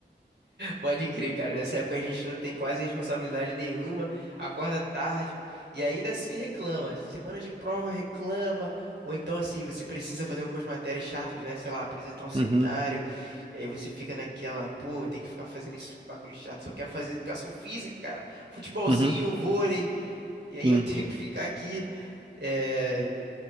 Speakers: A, on the right; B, on the right.
A: Pode crer, cara. Nessa época a gente não tem quase responsabilidade nenhuma, acorda tarde e ainda assim reclama. Semana de prova reclama, ou então assim, você precisa fazer algumas matérias chatas, né? Sei lá, apresentar um seminário,
B: Uhum,
A: e aí você fica naquela, pô, tem que ficar fazendo isso, bagulho chato, só quero fazer educação física, cara. Futebolzinho,
B: uhum,
A: vôlei, e aí
B: sim.
A: eu <laughs> tenho que ficar aqui, eh,